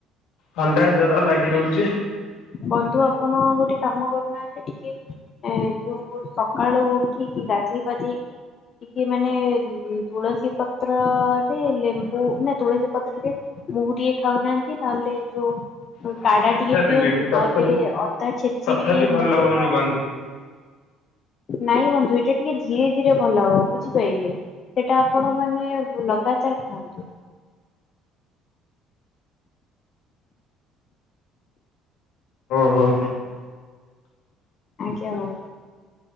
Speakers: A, on the left; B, on the left.
A: ଥଣ୍ଡା ଜର ଲାଗି ରହୁଚି
B: ବନ୍ଧୁ ଆପଣ ଗୋଟେ କାମ କରୁନାହାନ୍ତି, ଟିକେ ଏଁ ଯୋଉ ସକାଳୁ ଉଠିକି ଗାଧେଇ ପାଧେଇକି ଟିକେ ମାନେ ଉଁ ତୁଳସୀ ପତ୍ରରେ ଲେମ୍ବୁ ନା ତୁଳସୀ ପତ୍ରରେ ମହୁ ଟିକେ ଖାଉନାହାନ୍ତି ନହେଲେ ଯୋଉ
A: ବନ୍ଧୁ
B: କାଡା
A: ଖାଇସାରିଲିଣି
B: ଟିକେ ପିଅନ୍ତୁ
A: ତଥାପି
B: ନହେଲେ ଅଦା ଛେଚିକି
A: ତଥାପି
B: ଟିକେ
A: ଭଲ
B: ମହୁ
A: ହଉନି
B: ରେ ଖାଆନ୍ତୁ
A: ବନ୍ଧୁ।
B: ନାଇଁ ବନ୍ଧୁ ସେଇଟା ଟିକେ ଧୀରେ ଧୀରେ ଭଲ ହବ ବୁଝିପାରିଲେ ସେଟା ଆପଣ ମାନେ ଲଗାତାର ଖାଆନ୍ତୁ।
A: ହଁ।
B: <unintelligible> ଆଉ